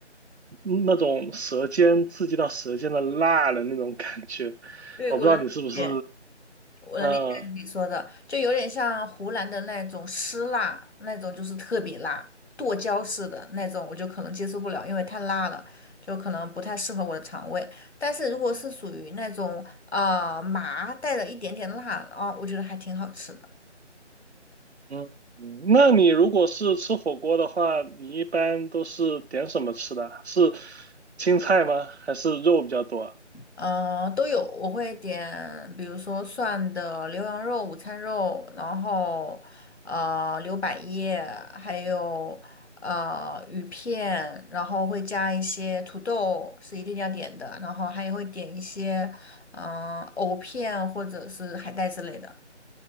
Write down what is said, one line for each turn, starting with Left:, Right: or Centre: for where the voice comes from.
Right: 嗯那种舌尖刺激到舌尖的辣的那种感觉。
Left: 对，
Right: 我不知道你是不是，
Left: 我能理解。我能理解你说的，
Right: 嗯、
Left: 就有点像湖南的那种湿辣，那种就是特别辣，剁椒式的那种，我就可能接受不了，因为太辣了，就可能不太适合我的肠胃。但是如果是属于那种呃麻带了一点点辣啊，我觉得还挺好吃的。
Right: 嗯，嗯那你如果是吃火锅的话，你一般都是点什么吃的啊是青菜吗？还是肉比较多啊
Left: 嗯、呃都有，我会点，比如说涮的牛羊肉、午餐肉，然后呃牛百叶，还有呃鱼片，然后会加一些土豆，是一定要点的，然后还会点一些嗯、呃藕片或者是海带之类的。